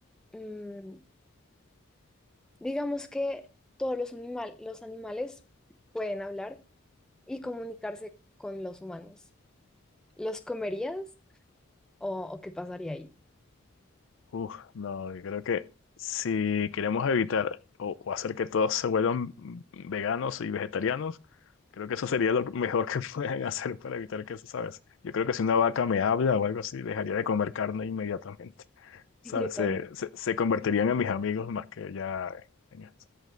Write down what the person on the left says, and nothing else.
Uf, no, yo creo que si queremos evitar o, o hacer que todos se vuelvan veganos y vegetarianos, creo que eso sería lo mejor que <laughs> pueden hacer para evitar que eso, ¿sabes? Yo creo que si una vaca me habla o algo así, dejaría de comer carne inmediatamente, <laughs> ¿sabes?
Se, se, se convertirían en mis amigos más que ya en esto.